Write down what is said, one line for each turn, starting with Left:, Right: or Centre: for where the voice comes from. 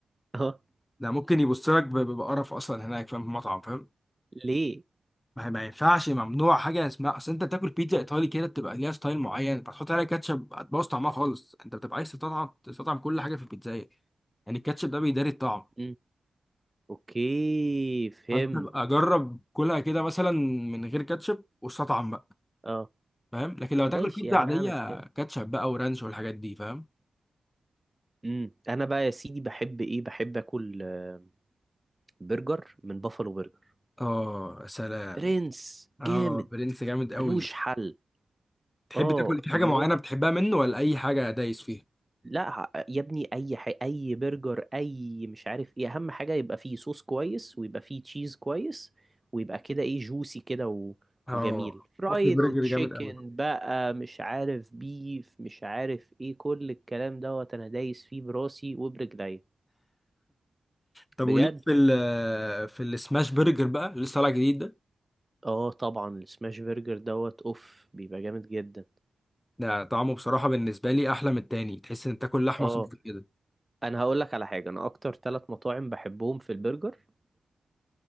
Right: اه
Left: ده ممكن يبص لك ب- ب- بقرف اصلا هناك فاهم في المطعم فاهم
Right: ليه
Left: ما هي- ما ينفعش ممنوع حاجة اسمها اصل انت بتاكل بيتزا ايطالي كده بتبقى ليها ستايل معين انت هتحط عليها كاتشب هتبوظ طعمها خالص انت بتبقى عايز تطعم تطعم كل حاجة في البيتزاية يعني الكاتشب ده بيداري الطعم
Right: امم اوكي فهمت
Left: فانت بقى جرب كلها كده مثلا من غير كاتشب واستطعم بقى
Right: اه
Left: فاهم لكن لو تاكل
Right: ماشي
Left: بيتزا
Right: يعني
Left: عادية
Right: اعمل كده
Left: كاتشب بقى ورانش والحاجات دي فاهم
Right: امم انا بقى يا سيدي بحب ايه بحب اكل آه، برجر من بافالو برجر
Left: اه سلام
Right: برنس جامد
Left: اه برنس جامد
Right: ملوش
Left: قوي
Right: حل
Left: تحب
Right: اه
Left: تاكل في حاجه
Right: المهم
Left: معينه بتحبها منه ولا اي حاجه دايس فيها
Right: لا ه- يا ابني اي ح... اي برجر اي مش عارف ايه اهم حاجه يبقى فيه صوص كويس ويبقى فيه تشيز كويس ويبقى كده ايه جوسي كده و...
Left: اه
Right: وجميل فرايد
Left: وافل برجر
Right: تشيكن
Left: جامد قوي
Right: بقى مش عارف بيف مش عارف ايه كل الكلام دوت انا دايس فيه براسي وبرجلي
Left: طب
Right: بجد
Left: وليك في ال في السماش برجر بقى اللي لسه طالع جديد ده
Right: اه طبعا السماش برجر دوت اوف بيبقى جامد جدا
Left: ده طعمه بصراحه بالنسبه لي احلى من التاني تحس ان تاكل لحمه
Right: اه
Left: صدف كده
Right: انا هقول لك على حاجه انا اكتر ثلاث مطاعم بحبهم في البرجر